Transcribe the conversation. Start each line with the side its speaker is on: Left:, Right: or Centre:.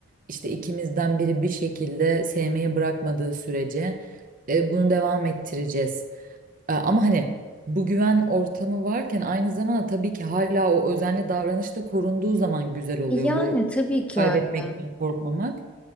Right: İşte ikimizden biri bir şekilde sevmeyi bırakmadığı sürece e, bunu devam ettireceğiz. E, Ama hani bu güven ortamı varken aynı zamanda tabii ki hala o özenli davranış da korunduğu zaman güzel oluyor
Centre: Yani
Right: bu
Centre: tabii ki
Right: kaybetmekten
Centre: öyle.
Right: korkmamak.